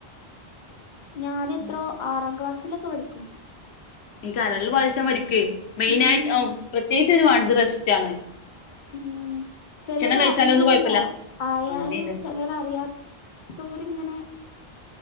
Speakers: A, on the left; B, on the left.
A: ഞാൻ എത്രോ
B: ഉം
A: ആറാം ക്ലാസ്സിലൊക്കെ പഠിക്കുമ്പോ
B: ഇനി കരളിൽ ബാധിച്ചാൽ മരിക്കുവേ മെയിനായിട്ട്
A: ഉം
B: പ്രത്യേകിച്ച് ഇതിന് വേണ്ടത് റസ്റ്റാണ്
A: ഉം ചിലത്
B: കഴിച്ചാലൊന്നും
A: അറിയൂല
B: കുഴപ്പമില്ല
A: ആയാല്
B: അങ്ങനെയുണ്ട്
A: ചിലരറിയാ തോരിങ്ങനെ